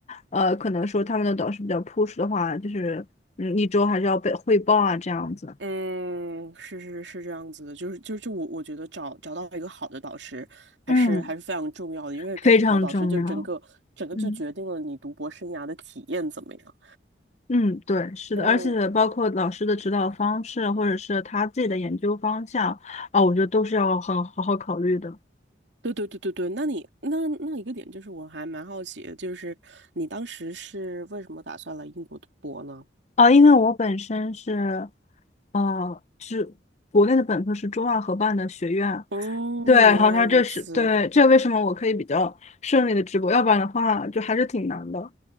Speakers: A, on the left; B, on the right.
A: 呃，可能说他们的导师比较 push 的话，就是嗯，一周还是要被汇报啊，这样子，
B: 嗯，是是是这样子的，就是就是就我我觉得找找到一个好的导师还是还是非常重要的，
A: 嗯，
B: 因为感觉好导师就整个整个就决定了你读博生涯的体验怎么样。
A: 非常重要。嗯。嗯，对，是的，
B: 嗯，
A: 而且包括老师的指导方式，或者是他自己的研究方向啊，我觉得都是要很好好考虑的。
B: 对对对对对，那你那那一个点就是我还蛮好奇的，就是你当时是为什么打算来英国读博呢？
A: 啊，因为我本身是哦，是国内的本科是中外合办的学院，
B: 嗯，
A: 对，然后它这是对，
B: 原来如此。
A: 这为什么我可以比较顺利的直播，要不然的话就还是挺难的。